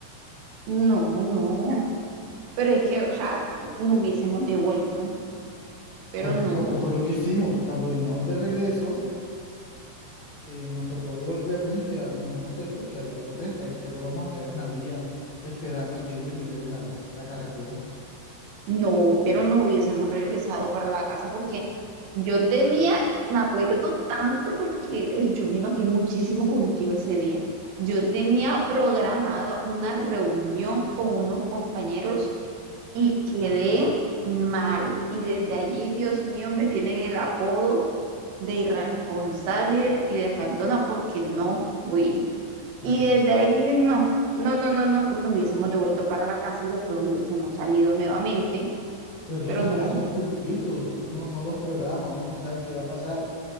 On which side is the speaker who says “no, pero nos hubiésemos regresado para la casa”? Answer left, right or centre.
Right